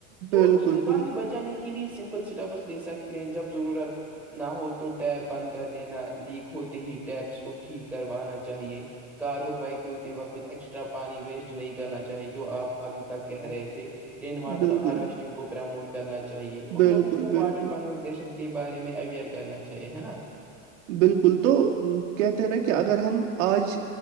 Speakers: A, in the centre; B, on the right (about 90°).
A: تو
B: بالکل
A: ہمیں پانی
B: بالکل
A: بچانے کے لیے سمپل اسٹیپس لے سکتے ہیں جب ضرورت نہ ہو تو ٹیپ بند کر دینا لیک ہوتے ہی ٹیپ اس کو ٹھیک کروانا چاہیے کار اور بائک وقت ایکسٹرا پانی ویسٹ نہیں کرنا چاہیے جو آپ ابھی تک کہہ رہے تھے رین واٹر
B: بالکل
A: ہارویسٹنگ کو پرموٹ کرنا چاہیے اور
B: بالکل
A: لوگوں کو واٹر
B: بالکل
A: کنورزیشن کے بارے میں اویئر کرنا چاہیے ہے نا
B: بالکل تو کہتے ہیں نا کہ اگر ہم آج